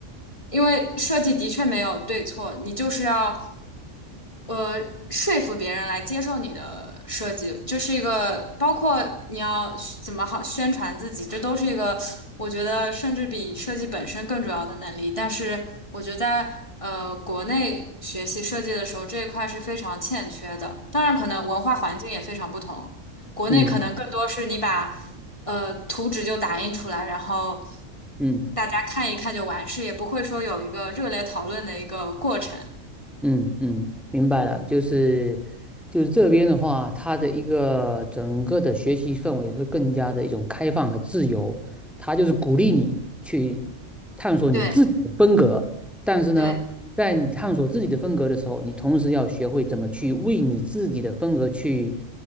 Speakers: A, on the left; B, in the centre.
A: 因为设计的确没有对错，你就是要呃，说服别人来接受你的设计，这是一个包括你要怎么好宣传自己，这都是一个我觉得甚至比设计本身更重要的能力。但是我觉得在呃国内学习设计的时候，这一块是非常欠缺的。当然，可能文化环境也非常不同，国内可能更多是你把
B: 嗯
A: 呃图纸就打印出来，然后
B: 嗯
A: 大家看一看就完事，也不会说有一个热烈讨论的一个过程。
B: 嗯嗯，明白了，就是就是这边的话，它的一个整个的学习氛围会更加的一种开放和自由，它就是鼓励你去探索你自己的风格，
A: 对。
B: 但是呢，
A: 对。
B: 在你探索自己的风格的时候，你同时要学会怎么去为你自己的风格去